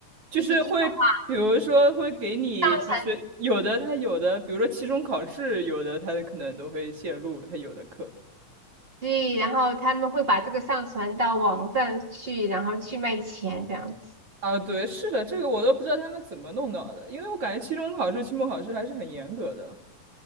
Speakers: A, on the right; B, on the right.
A: 就是会，
B: PPT 的话，
A: 比如说会给你，
B: 上传
A: 就是有的他有的，比如说期中考试，有的他可能都会泄露他有的课
B: 对，然后他们会把这个上传到网站去，然后去卖钱这样子
A: 啊。对，是的，这个我都不知道他们怎么弄到的，因为我感觉期中考试、期末考试还是很严格的